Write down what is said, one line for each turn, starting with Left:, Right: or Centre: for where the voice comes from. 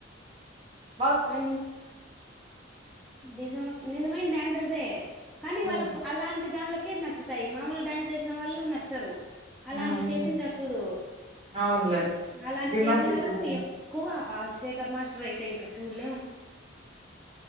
Right: ఆ
Centre: అ నిజ నిజమైన డ్యాన్సర్సే కానీ
Right: హ్మ్.
Centre: వాళ్ళకు అలాంటి దాం కిర్ నచ్చుతాయి మామూలు డ్యాన్స్ వేసిన వాళ్ళు నచ్చరు అలాంటివి
Right: హ్మ్. హ్మ్.
Centre: చేసింటారు చూడు
Right: అవునులే
Centre: అలాంటి
Right: జిమ్నాస్టిక్స్
Centre: చేసిన వాళ్ళకు
Right: చేసాను
Centre: ఎక్కువ ఆ శేఖర్ మాస్టర్ అయితే ఇంక చూలేం